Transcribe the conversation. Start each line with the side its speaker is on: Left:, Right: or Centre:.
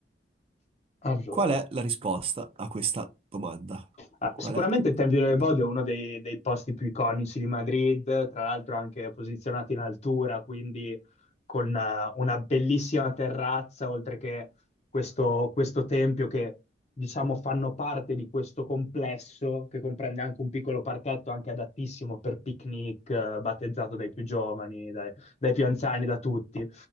Left: Allora.
Right: Qual è la risposta a questa domanda?
Left: Ah,
Right: Qual
Left: Sicuramente
Right: è?
Left: il Tempio delle Bode
Right: la-
Left: è uno dei, dei posti più iconici di Madrid, tra l'altro anche posizionato in altura, quindi con eh, una bellissima terrazza, oltre che questo, questo tempio che diciamo fanno parte di questo complesso che comprende anche un piccolo parchetto anche adattissimo per picnic, eh, battezzato dai più giovani, dai, dai più anziani, da tutti.